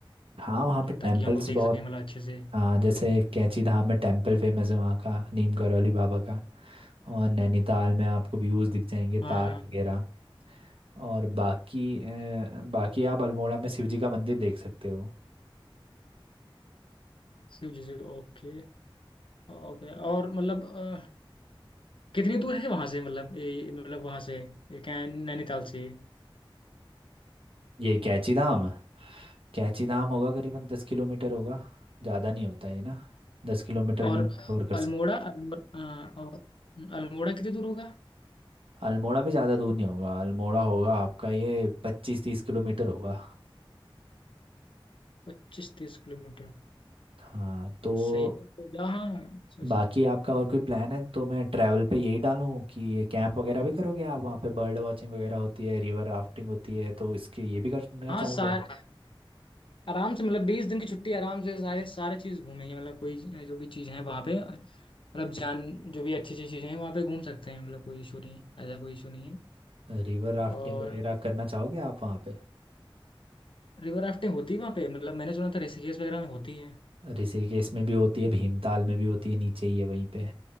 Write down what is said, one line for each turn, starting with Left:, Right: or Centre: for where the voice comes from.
Right: हाँ वहाँ
Left: मतलब
Right: पे टेम्पल्स
Left: ताकि हम लोग देख
Right: बहुत
Left: सकें मतलब अच्छे से
Right: हाँ जैसे
Left: मतलब
Right: कैची धाम में टेम्पल फेमस है वहाँ का नीम करौली बाबा का और नैनीताल में आपको व्यूज़ दिख जाएंगे ताल
Left: हाँ हाँ हाँ।
Right: वगैरह और बाकी अ, बाकी आप अल्मोड़ा में शिव जी का मंदिर देख सकते हो
Left: शिव जी से ओके ओके और मतलब अ, कितनी दूर है वहाँ से मतलब ये मतलब वहाँ से ये क्या है, नैनीताल से
Right: ये कैची धाम कैची धाम होगा करीबन दस किलोमीटर होगा ज़्यादा नहीं होता है ना दस किलोमीटर
Left: और
Right: में कवर कर
Left: अल्मोड़ा
Right: सकते
Left: अल्मोड़ा अ, और अल्मोड़ा कितनी दूर होगा
Right: अल्मोड़ा भी ज़्यादा दूर नहीं होगा अल्मोड़ा होगा आपका ये पच्चीस तीस किलोमीटर होगा
Left: पच्चीस तीस किलोमीटर
Right: हाँ तो
Left: सही है तो जहाँ अच्छा, सब-
Right: बाकी आपका और कोई प्लान है तो मैं ट्रैवल पे यही डालूं कि ये कैंप वगैरह भी करोगे आप वहाँ पे बर्ड वॉचिंग वगैरह होती है रिवर राफ्टिंग होती है तो इसके ये भी करना
Left: हाँ
Right: चाहोगे
Left: सा- आराम से मतलब बीस दिन की छुट्टी आराम से सारे सारे चीज़ घूमेंगे मतलब कोई जो भी चीज़ है वहाँ पे मतलब जान जो भी अच्छी अच्छी चीज़ें हैं वहाँ पे घूम सकते हैं मतलब कोई इशू नहीं ऐसा कोई इशू नहीं है
Right: रिवर राफ्टिंग
Left: और
Right: वगैरह करना चाहोगे आप वहाँ पे
Left: रिवर राफ्टिंग होती है वहाँ पे मतलब मैंने सुना था ऋषिकेश वगैरह में होती है
Right: ऋषिकेश केस में भी होती है भीमताल में भी होती है नीचे ही है वहीं पे